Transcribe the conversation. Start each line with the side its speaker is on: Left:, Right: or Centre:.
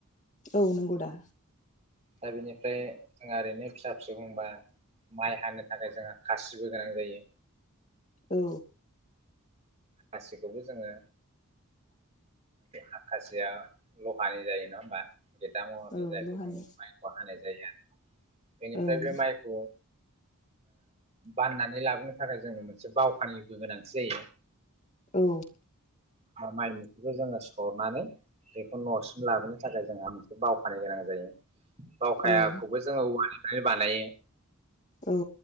Left: औ नंगौ दा
Right: दा बिनिफ्राय जोंहा ओरैनो फिसा फिसौ बुंबा माइ हानो थाखाय जोंहा खासिबो गोनां जायो
Left: औ
Right: खासिखौबो जोङो हाखासेया लहानि जायो नङा होमबा गेदा महरनि
Left: औ
Right: जायखौ
Left: लहानि
Right: जों माइखौ हानाय जायो आरो बेनिफ्राय
Left: ओं
Right: बे माइखौ बाननानै लाबोनो थाखाय जोंनो मोनसे बावखानिबो गोनांथि जायो
Left: औ
Right: माइ मोख्रिखौ जोङो सरनानै बेखौ न'सिम लाबोनो थाखाय जोंहा मोनसे बावखानो गोनां जायो बावखायाखौबो
Left: औ
Right: जोङो औवालनानै बानायो
Left: औ